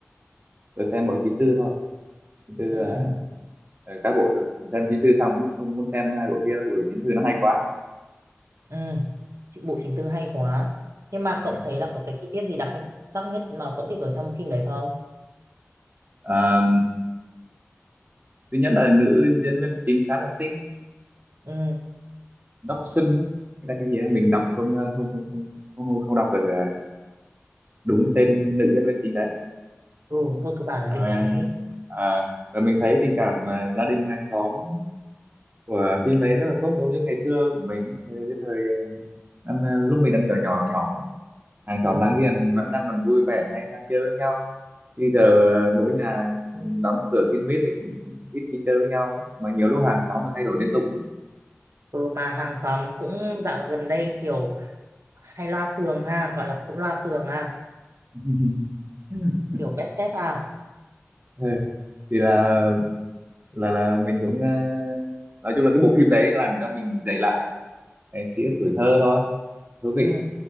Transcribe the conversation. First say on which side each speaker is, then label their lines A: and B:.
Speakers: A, on the right; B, on the right.
A: tớ xem mỗi 94 thôi. 94 là
B: ừ,
A: ờ, ờ, các bộ xem 94 xong cũng không muốn xem hai bộ kia đâu, bởi 94 nó hay quá.
B: ừ. Chị- Bộ 94 hay quá Nhưng mà
A: <laughs>
B: cậu thấy là có cái chi tiết gì đặc sắc nhất Mà cậu thích ở trong phim đấy không
A: Ờ, thứ nhất là nữ diễn viên chính khá là xinh
B: Ừ,
A: Đốc Xuân ấy. Thế là cái gì ấy, mình đọc không ờ, không không không không, không đọc được ờ, đúng tên nữ diễn viên chính đấy
B: ừ thôi cứ bảo là
A: rồi
B: nữ chính đi
A: à, rồi mình thấy tình cảm ờ, gia đình hàng xóm của phim đấy rất là tốt giống như ngày xưa của mình thời- cái thời ờ, năm, ờ, lúc mình đang nhỏ nhỏ nhỏ ấy. hàng
B: Ừ.
A: xóm láng giềng vẫn đang còn vui vẻ hay sang chơi với nhau bây giờ ờ, mỗi nhà đóng cửa kín mít thì cũng ít khi chơi với nhau mà nhiều lúc hàng xóm mà thay đổi liên tục nữa
B: ừ mà hàng xóm cũng dạo gần đây kiểu hay loa phường ha gọi là cũng loa phường ha
A: <laughs>
B: kiểu bếp xếp ha
A: Ừ. thì là là là mình cũng ờ, nói chung là cái bộ phim đấy làm cho mình dậy lại cái ký ức tuổi thơ thôi thú vị
B: ừ.